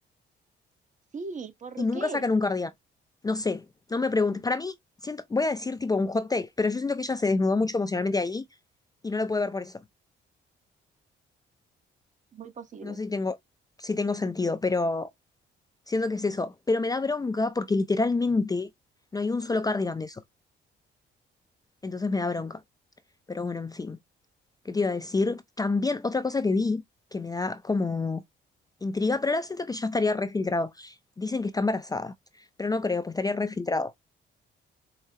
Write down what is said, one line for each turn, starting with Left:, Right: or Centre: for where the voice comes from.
Right: Sí, ¿por
Left: y nunca
Right: qué?
Left: sacan un cardigan. No sé, no me preguntes. Para mí, siento, voy a decir tipo un hot take, pero yo siento que ella se desnudó mucho emocionalmente ahí y no lo puede ver por eso.
Right: Muy posible.
Left: No sé si tengo, si tengo sentido, pero siento que es eso. Pero me da bronca porque literalmente no hay un solo cardigan de eso. Entonces me da bronca. Pero bueno, en fin. ¿Qué te iba a decir? También otra cosa que vi que me da como Intriga, pero ahora siento que ya estaría refiltrado. Dicen que está embarazada, pero no creo, pues estaría refiltrado.